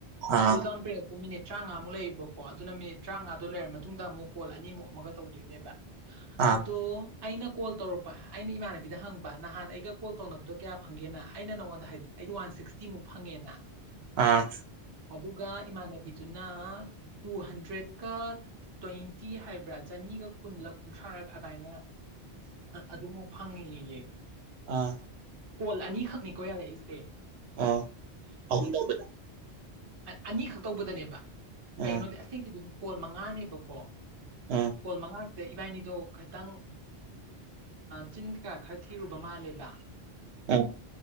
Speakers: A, on the right; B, on the right.
A: ꯑꯥ
B: ꯀꯨꯜꯗꯥꯎꯟ ꯄꯦꯔꯛꯇꯁꯦ ꯃꯤꯅꯤꯠ ꯇꯔꯥꯃꯉꯥꯃꯨꯛ ꯂꯩꯌꯦꯕꯀꯣ ꯑꯗꯨꯅ ꯃꯤꯅꯤꯠ ꯇꯔꯥꯃꯉꯥꯗꯣ ꯂꯩꯔ ꯃꯇꯨꯡꯗ ꯑꯃꯨꯛ ꯀꯣꯜ ꯑꯅꯤꯃꯨꯛ ꯑꯃꯒ ꯇꯧꯗꯣꯏꯅꯦꯕ
A: ꯑꯥ
B: ꯑꯗꯣ ꯑꯩꯅ ꯀꯣꯜ ꯇꯧꯔꯛꯄ ꯑꯩꯅ ꯏꯃꯥꯟꯅꯕꯤꯗ ꯍꯪꯕ ꯅꯍꯥꯟ ꯑꯩꯒ ꯀꯣꯜ ꯇꯧꯅꯕꯗꯣ ꯀꯌꯥ ꯐꯪꯒꯦꯅ ꯑꯩꯅ ꯅꯉꯣꯟꯗ ꯍꯥꯏ ꯑꯩꯗꯤ ꯋꯥꯟ ꯁꯤꯛꯁꯇꯤꯃꯨꯛ ꯐꯪꯉꯦꯅ
A: ꯑꯥ
B: ꯑꯗꯨꯒ ꯏꯃꯥꯟꯅꯕꯤꯗꯨꯅ ꯇꯨ ꯍꯟꯗ꯭ꯔꯦꯗꯀ ꯇ꯭ ꯇꯤ ꯍꯥꯏꯕ꯭ꯔꯥ ꯆꯅꯤꯒ ꯀꯨꯟꯂ ꯀꯨꯟꯊ꯭ꯔꯥꯔꯛ ꯑꯗꯨꯗꯥꯏꯅ ꯑꯗꯨꯃꯨꯛ ꯐꯪꯉꯤꯉꯁꯦ
A: ꯑꯥ
B: ꯀꯣꯜ ꯑꯅꯤꯈꯛꯅꯤꯀꯣ ꯌꯥꯔꯛꯏꯁꯦ
A: ꯑꯥꯎ ꯑꯍꯨꯝ ꯇꯗ
B: ꯑꯅꯤ ꯈ ꯇꯧꯕꯗꯅꯦꯕ ꯀꯩꯒꯤꯅꯣꯗꯤ
A: ꯑꯥ
B: ꯑꯁꯦꯡꯒꯤꯗꯤ ꯀꯣꯟꯜ ꯃꯉꯥꯅꯦꯕꯀꯣ
A: ꯑꯥ
B: ꯀꯣꯣꯟ ꯃꯉ ꯗ ꯏꯕꯥꯏꯅꯤꯗꯣ ꯈꯤꯇꯪ ꯆꯤꯟ ꯈ ꯈꯔ ꯊꯤꯔꯨꯕ ꯃꯥꯜꯂꯦꯕ
A: ꯑ